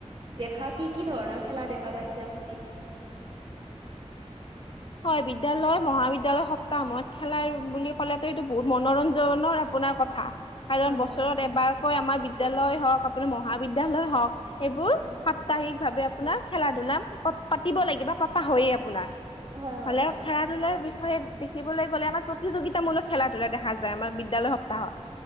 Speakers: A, on the right; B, on the left.
A: দেখা কি কি ধৰণৰ খেলা দেখা পাইছে আপুনি?
B: হয় বিদ্য়ালয় মহাবিদ্যালয় সপ্তাহ মত খেলাৰ বুলি ক'লে তটো এইটো বহুত মনোৰঞ্জনৰ আপোনাৰ কথা। কাৰণ
A: হয়
B: বছৰত
A: হয় হয়
B: এবাৰকৈ আমাৰ বিদ্য়ালয় হওক আপোনাৰ মহাবিদ্য়ালয় হওক সেইবোৰ
A: হয়
B: সাপ্তাহিক ভাৱে আপোনাৰ খেলা ধূলা পাতিব লাগিব বা পতা হয়য়ে আপোনাৰ।
A: হয় হয়
B: হ'লে
A: হয়
B: খেৰা ধুলা বিষয়ে দেখিবলৈ গ'লে আমাৰ প্ৰতিযোগিতামূলক খেলা ধূলা দেখা যায় আমাৰ বিদ্যালয় সপ্তাহত।